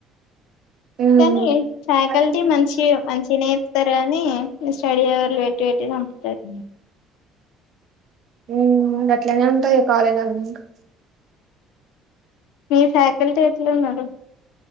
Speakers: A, on the right (about 55°); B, on the left (about 80°).
A: ఉమ్
B: కానీ ఫ్యాకల్టీ మంచిగ మంచిగనే చెప్తరు స్తరు కాని ఈ స్టడీ అవర్లు పెట్టి పెట్టి చంపుతరు
A: ఉ గట్లనే ఉంటది ఇగ కాలేజి అన్నంకా
B: మీ ఫ్యాకల్టీ ఎట్లున్నరు